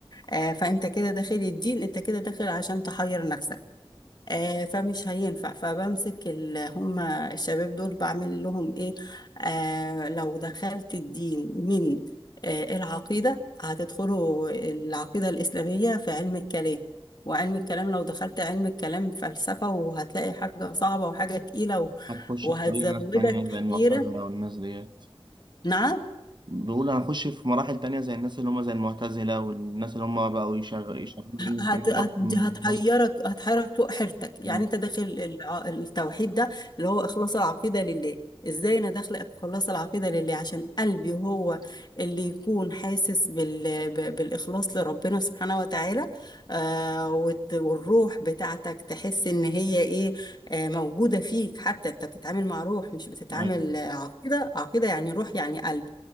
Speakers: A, on the left (about 45°); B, on the right (about 50°).
A: آه، فانت كده داخل الدين انت كده داخل عشان تحير نفسك آه، فمش هينفع فبمسك ال- هم الشباب دول بعمل لهم ايه آه لو دخلت الدين من آه العقيدة هتدخلوا العقيدة الإسلامية في علم الكلام وعلم الكلام لو دخلت علم الكلام فلسفة وهتلاقي حاجة صعبة وحاجة تقيلة و-
B: هتخش
A: وهتزودك
B: في طريق ناس تانية زي المعتزلة
A: حيرة
B: والناس ديت
A: نعم
B: بيقول هنخش في مراحل تانية زي الناس اللي هم زي المعتزلة والناس اللي هم بقوا يشغل يشغلوا علم الكلام
A: هت... هت...
B: أكتر من
A: هتحيرك
B: النص
A: هتحيرك فوق حيرتك
B: مم.
A: يعني انت داخل الع- التوحيد ده اللي هو اخلاص العقيده لله ازاي انا داخله اخلص العقيده لله عشان قلبي هو اللي يكون حاسس بال... ب- بالاخلاص لربنا سبحانه وتعالى آه وت... والروح بتاعتك تحس ان هي ايه آه موجوده فيك حتى انت بتتعامل مع روح مش بتتعامل
B: أيوه
A: آه، عقيده عقيده يعني روح يعني قلب